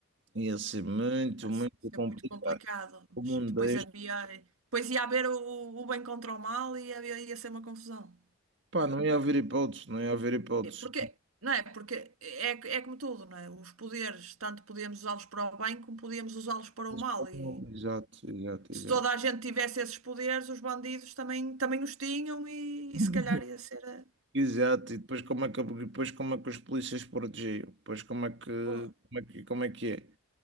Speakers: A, on the right; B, on the right.
A: Ia ser muito,
B: assim,
A: muito
B: sempre
A: complicado.
B: muito complicados.
A: O mundo
B: Depois
A: deste,
B: havia. Depois ia haver o, o bem contra o mal e havia, ia ser uma confusão.
A: pá, não ia haver hipótese, não ia haver hipótese.
B: É Porque, não é? Porque é, é como tudo, não é? Os poderes, tanto podíamos usá-los para o bem como podíamos usá-los para
A: Mas
B: o mal.
A: como-
B: E
A: Exato, exato,
B: se
A: exato.
B: toda a gente tivesse esses poderes, os bandidos também, também os tinham e,
A: <laughs>
B: e se calhar ia ser eh,
A: Exato, e depois como é que, depois como é que os polícias protegiam? Depois como é que,
B: boa
A: como é que, como é que é?